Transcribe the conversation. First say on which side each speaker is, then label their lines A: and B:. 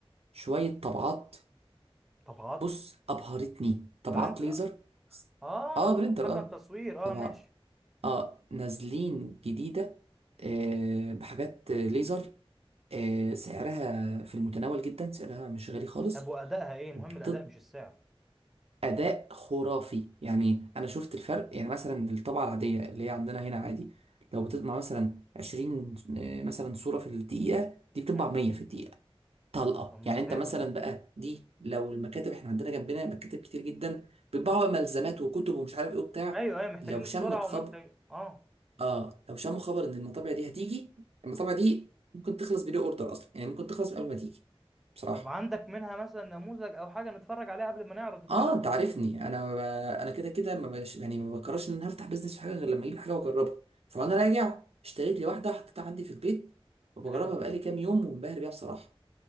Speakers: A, on the right; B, in the centre.
A: شويه طبعات
B: طبعات
A: بص ابهرتني طبعات
B: برنت
A: ليزر
B: اه
A: اه برينتر
B: مكان
A: اه
B: تصوير
A: طبعا
B: اه ماشي
A: اه نازلين جديدة آه بحاجات ليزر آه سعرها في المتناول جدا سعرها مش غالي خالص
B: طب وادائها ايه مهم
A: وبتدي
B: الاداء مش السعر
A: أداء خرافي يعني أنا شفت الفرق يعني مثلا الطبعة العادية اللي هي عندنا هنا عادي لو بتطبع مثلا 20 آه، مثلا صورة في الدقيقة دي بتطبع
B: مم.
A: 100 في الدقيقة طلقة
B: طب ما
A: يعني
B: حلو
A: انت مثلا
B: ده
A: بقى دي لو المكاتب احنا عندنا جنبنا مكاتب كتير جدا بيطبعوا ملزمات وكتب ومش عارف ايه وبتاع
B: ايوه ايوه محتاجين
A: لو شمت
B: السرعة
A: خب
B: ومحتاج اه
A: اه لو شموا خبر ان المطابع دي هتيجي المطابع دي ممكن تخلص بدون اوردر اصلا يعني ممكن تخلص قبل ما تيجي بصراحه
B: طب عندك منها مثلا نموذج او حاجة نتفرج عليها قبل ما نعرض الكلام
A: اه انت
B: ده
A: عارفني انا ب... انا كده كده ما بش... يعني ما بكررش ان انا هفتح بيزنس في حاجه غير لما اجيب حاجه واجربها فانا راجع اشتريت لي واحده حطيتها عندي في البيت وبجربها
B: حلو ده
A: بقالي كام يوم ومنبهر بيها بصراحه